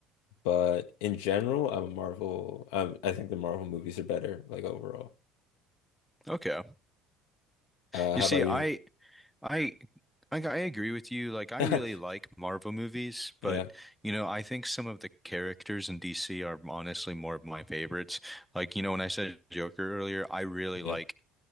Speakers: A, on the left (about 65°); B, in the centre.
A: But in general, I'm a Marvel. Um, I think the Marvel movies are better, like overall.
B: Okay,
A: Uh,
B: You
A: how
B: see,
A: about you?
B: I I I I agree with you. Like I
A: <laughs>
B: really like Marvel movies, but
A: Yeah,
B: you know, I think some of the characters in DC are honestly more of my favorites. Like, you know, when I said Joker earlier, I really
A: yeah,
B: like